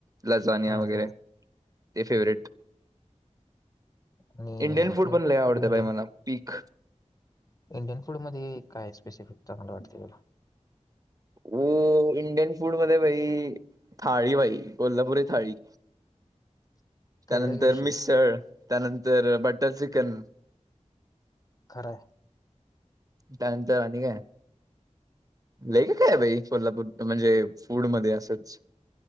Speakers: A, on the right; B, on the left.
A: लजानिया
B: हम्म
A: वगैरे
B: हम्म
A: ते फेवरेट.
B: आणि
A: इंडियन फूड पण लय आवडत
B: इंडियन
A: भाई मला पीक
B: इंडियन फूड मध्ये काय स्पेशली चांगला वाटत तुला
A: हो इंडियन फूड मध्ये भाई थाळी भाई कोल्हापुरी थाळी
B: <inaudible>
A: त्यानंतर
B: विषय
A: मिसळ त्यानंतर बटर चिकन
B: खरं हाय
A: त्या नंतर आणि काय लय काय भाई कोल्हापूर म्हणजे फूड मध्ये असंच.